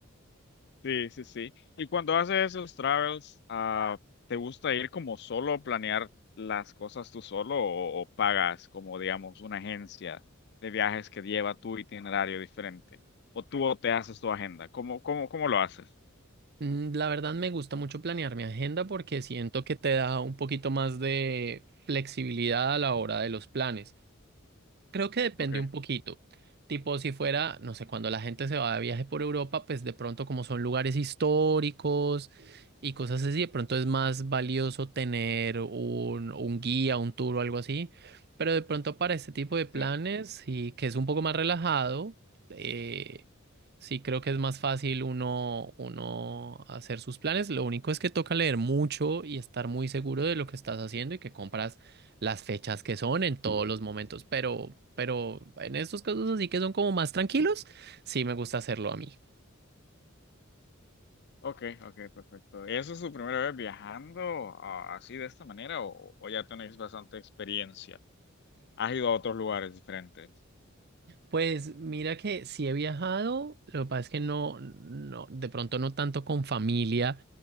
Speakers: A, on the left (about 55°); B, on the right (about 50°).
A: Sí, sí, sí. Y cuando haces esos travels, ah, ¿te gusta ir como solo, planear las cosas tú solo o, o pagas como, digamos, una agencia de viajes que lleva tu itinerario diferente? ¿O tú te haces tu agenda? ¿Cómo, cómo, cómo lo haces?
B: Mm, La verdad me gusta mucho planear mi agenda porque siento que te da un poquito más de flexibilidad a la hora de los planes. Creo que depende
A: Ok,
B: un poquito. Tipo, si fuera, no sé, cuando la gente se va de viaje por Europa, pues de pronto como son lugares históricos y cosas así, de pronto es más valioso tener un, un guía, un tour o algo así. Pero de pronto para este tipo de planes,
A: sí.
B: y que es un poco más relajado, eh, sí creo que es más fácil uno, uno hacer sus planes. Lo único es que toca leer mucho y estar muy seguro de lo que estás haciendo y que compras las fechas que son en todos los momentos, pero, pero en estos casos así que son como más tranquilos, sí me gusta hacerlo a mí.
A: Ok, ok, perfecto. ¿Y ¿Eso es tu primera vez viajando ah, así de esta manera o, o ya tenéis bastante experiencia? ¿Has ido a otros lugares diferentes?
B: Pues mira que sí he viajado, lo que pasa es que no, no, de pronto no tanto con familia